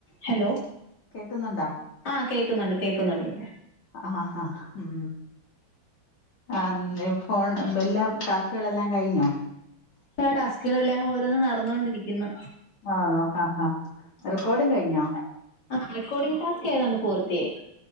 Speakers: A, on the left (about 50°); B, on the left (about 80°).
A: Hello
B: കേക്കുന്നുണ്ടാ
A: ആഹ് കേക്കുന്നുണ്ട് കേക്കുന്നുണ്ട്.
B: ആഹ് ആഹ് ഉം ആഹ് നീ ഫോൺ ബല്യ ടാസ്കുകളെല്ലാം കഴിഞ്ഞോ?
A: എനിക്ക് ആഹ് ടാസ്കുകളെല്ലാം ഓരോന്നും നടന്നോണ്ടിരിക്കുന്നു.
B: ആഹ് നോക്കാം ആഹ് ആഹ്, റെക്കോർഡും കഴിഞ്ഞോ?
A: ആഹ് റെക്കോർഡിങ് ടാസ്ക് ഏതാണ്ട് പൂർത്തിയായി.